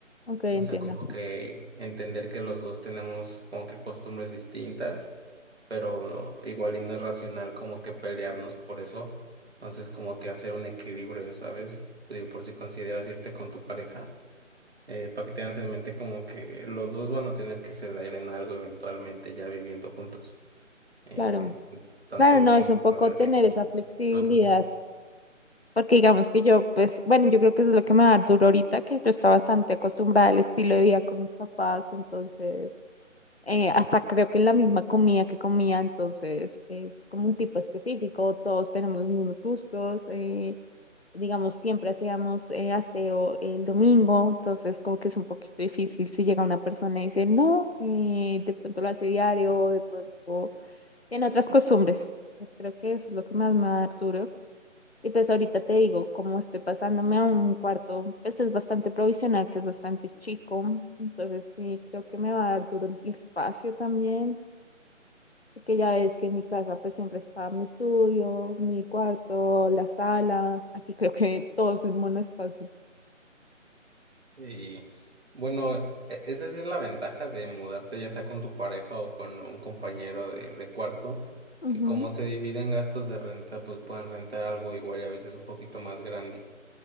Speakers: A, on the left; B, on the right.
A: Ok, entiendo.
B: O sea, como que entender que los dos tenemos como que costumbres distintas, pero igual y no es racional como que pelearnos por eso. Entonces, como que hacer un equilibrio, ¿sabes? Digo, por si consideras irte con tu pareja para que tengas en mente como que los dos van a tener que ceder en algo eventualmente ya viviendo juntos. Eh,
A: Claro.
B: tanto
A: Claro, no,
B: quién
A: es un
B: va a
A: poco
B: pagar
A: tener
B: qué cosa.
A: esa flexibilidad,
B: Ajá.
A: porque digamos que yo, pues, bueno, yo creo que eso es lo que me da duro ahorita, que yo estaba bastante acostumbrada al estilo de vida con mis papás, entonces... eh, hasta creo que en la misma comida que comía, entonces es como un tipo específico, todos tenemos los mismos gustos, eh, digamos, siempre hacíamos eh, aseo el domingo, entonces como que es un poquito difícil si llega una persona y dice, no, eh, de pronto lo hace diario, de pronto tiene otras costumbres. Entonces creo que eso es lo que más me va a dar duro. Y pues ahorita te digo, como estoy pasándome a un cuarto, pues es bastante provisional, que es bastante chico. Entonces sí, creo que me va a dar duro el espacio también, porque ya ves que en mi casa pues siempre está mi estudio, mi cuarto, la sala. Aquí creo que todo es un monoespacio.
B: Y bueno, e- esa sí es la ventaja de mudarte ya sea con tu pareja o con un compañero de, de cuarto,
A: Ujú,
B: que como se dividen gastos de renta, pues pueden rentar algo igual y a veces un poquito más grande.